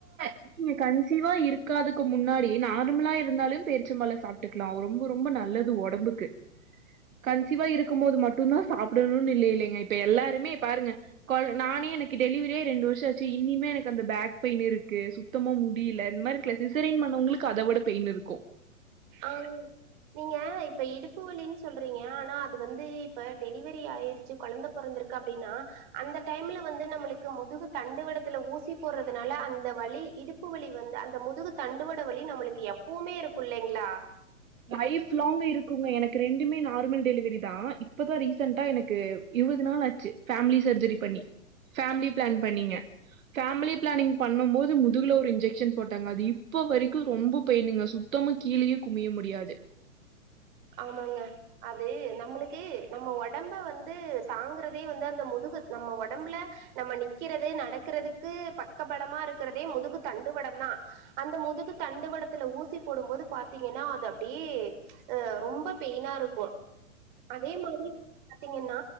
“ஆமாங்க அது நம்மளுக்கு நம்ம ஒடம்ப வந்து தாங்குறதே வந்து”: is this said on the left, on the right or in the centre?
Right